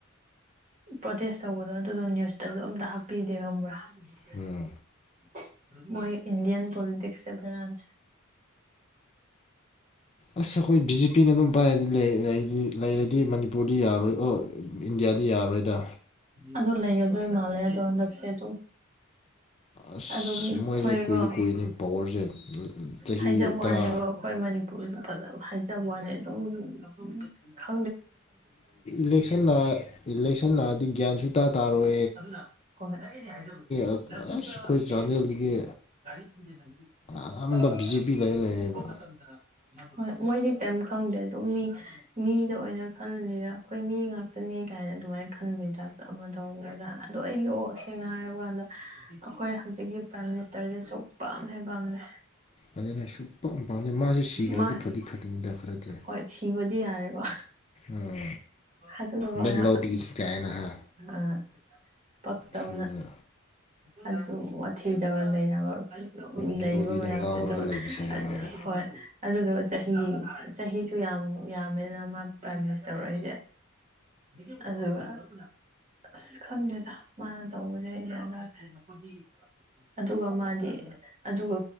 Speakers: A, on the right; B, on the left.
A: ꯄ꯭ꯔꯣꯇꯦꯁ ꯇꯧꯕꯗꯣ ꯑꯗꯨꯗꯣ ꯅ꯭ꯌꯨꯁꯇꯁꯨ ꯑꯝꯇ ꯍꯥꯞꯄꯤ ꯗꯦ ꯈꯪꯕ꯭ꯔ꯫ <unintelligible>
B: ꯎꯝ
A: ꯃꯣꯏ ꯏꯟꯗꯤꯌꯟ ꯄꯣꯂꯤꯇꯤꯛꯁꯁꯦ ꯕꯦꯔꯥꯅꯤ꯫
B: ꯑꯁ ꯑꯩꯈꯣꯏ ꯕꯤ_ꯖꯦ_ꯄꯤ ꯅ ꯑꯗꯨꯝ ꯄꯥꯏꯔꯗꯤꯅꯦ ꯂꯩ ꯂꯩꯔꯗꯤ ꯃꯅꯤꯄꯨꯔꯗꯤ ꯌꯥꯔꯣꯏ ꯑꯣ ꯏꯟꯗꯤꯌꯥꯗꯤ ꯌꯥꯔꯔꯣꯏꯗ꯫
A: ꯑꯗꯨ ꯂꯩꯒꯗꯣꯏ ꯃꯥꯜꯂꯦ ꯑꯗꯣ ꯍꯟꯗꯛꯁꯦ ꯑꯗꯨꯝ꯫
B: ꯑꯁ
A: ꯑꯗꯨꯝ
B: ꯃꯣꯏꯁꯦ
A: ꯈꯣꯏꯀꯣ
B: ꯀꯨꯏꯗꯤ ꯀꯨꯏꯅꯤ ꯄꯋꯥꯔꯁꯦ ꯆꯍꯤ
A: ꯍꯥꯏꯖꯕ
B: ꯇꯔꯥ
A: ꯋꯥꯅꯦꯕꯣ ꯑꯩꯈꯣꯏ ꯃꯅꯤ ꯁꯨ ꯐꯖꯕ ꯍꯥꯏꯖꯕ ꯋꯥꯅꯤ ꯑꯗꯨꯝ ꯈꯥ
B: ꯏꯦꯛꯁꯟꯅ ꯏꯂꯦꯛꯁꯟꯅꯗꯤ ꯒ꯭ꯌꯥꯟ ꯁ ꯇꯥ ꯇꯥꯔꯣꯏ
A: ꯑꯗꯨꯅ ꯍꯣꯏ ꯍꯣꯏ ꯑꯩꯩꯅ ꯍꯥꯏꯖꯕꯗ
B: ꯑ- ꯑꯁ
A: ꯂꯝꯕꯤꯗ
B: ꯑꯩꯈꯣꯏ ꯆꯥꯟꯗꯦꯜꯗꯒꯤ
A: ꯑꯩꯈꯣꯏꯒꯤ ꯒꯥꯔꯤ ꯊꯤꯗ ꯂꯝꯕꯤꯗ ꯑꯦꯛꯁꯤꯗꯦꯟ
B: ꯑꯅꯝꯕ ꯕꯤ ꯖꯦ
A: ꯉꯁꯥꯏꯒꯤ
B: ꯄꯤ ꯂꯩꯔ ꯂꯩꯔꯦꯕ
A: ꯇꯨꯕ ꯃꯇꯝꯗ꯫ ꯍꯣꯏ ꯃꯣꯏꯗꯤ ꯀꯦꯝ ꯈꯪꯗꯦ ꯑꯗꯨꯝ ꯃꯤ ꯃꯤꯗ ꯑꯣꯏꯅ ꯈꯜꯂꯤꯔ ꯑꯩꯈꯣꯏ ꯃꯤ ꯉꯥꯛꯇꯅꯤ ꯀꯥꯏꯅ ꯑꯗꯨꯃꯥꯏꯅ ꯈꯟꯕꯩ ꯇꯥꯏꯞꯇ ꯑꯃ ꯇꯧꯏ ꯑꯗꯨꯅ ꯑꯗꯣ ꯑꯩꯒꯤ ꯑꯣ ꯁꯦꯡꯅ ꯍꯥꯏꯔꯕ ꯀꯥꯟꯗ ꯑꯩꯈꯣꯏ ꯍꯧꯖꯤꯛꯀꯤ ꯄ꯭ꯔꯥꯏꯝ ꯃꯤꯅꯤꯁꯇꯔꯁꯦ ꯁꯨꯝꯄꯥꯝ ꯍꯦꯛ ꯄꯥꯝꯗꯦ꯫
B: ꯑꯗꯨꯅ ꯁꯨꯛꯄꯥꯝ ꯄꯥꯝꯗꯦ ꯃꯥꯁꯦ ꯁꯤꯈ꯭ꯔꯗꯤ
A: ꯃꯥ
B: ꯐꯗꯤ ꯐꯗꯤꯅꯤꯗ ꯈꯔꯗꯤ
A: ꯍꯣꯏ ꯁꯤꯕꯗꯤ ꯌꯥꯔꯦꯀꯣ
B: ꯎꯝ
A: ꯑꯗꯨꯗꯨꯒ
B: ꯃꯦꯂꯣꯗꯤ
A: ꯃꯥ
B: ꯀꯥꯏꯅ ꯍꯥ
A: ꯑꯥ꯫ ꯄꯛ ꯇꯧꯅ꯫
B: ꯐꯨꯜꯗ
A: ꯑꯗꯨꯁꯨ ꯋꯥꯊꯤ ꯇꯧꯔ ꯂꯩ ꯍꯥꯏꯕ꯫
B: ꯃꯦꯂꯣꯗꯤꯗ
A: ꯂꯩꯔꯤꯕ ꯃꯌꯥꯝꯁꯦ
B: ꯉꯥꯎꯔꯒ
A: ꯇꯧꯔ
B: ꯂꯩꯕ ꯁꯥꯏ
A: ꯑꯗꯨ
B: ꯃꯥꯗꯣ
A: ꯍꯣꯏ ꯑꯗꯨꯗꯨꯒ꯫ ꯆꯍꯤ ꯆꯍꯤꯁꯨ ꯌꯥꯝ ꯌꯥꯝꯃꯦꯗꯅ ꯃꯥ ꯄ꯭ꯔꯥꯏꯝ ꯃꯤꯅꯤꯁꯇꯔ ꯑꯣꯏꯔꯛ ꯏꯁꯦ ꯑꯗꯨꯒ꯫ ꯑꯁ ꯈꯪꯗꯦꯗ ꯃꯥꯅ ꯇꯧꯕꯁꯦ ꯑꯩ ꯒ꯭ꯌꯥꯟ ꯇꯥꯗꯦ ꯑꯗꯨꯒ ꯃꯥꯗꯤ ꯑꯗꯨꯒ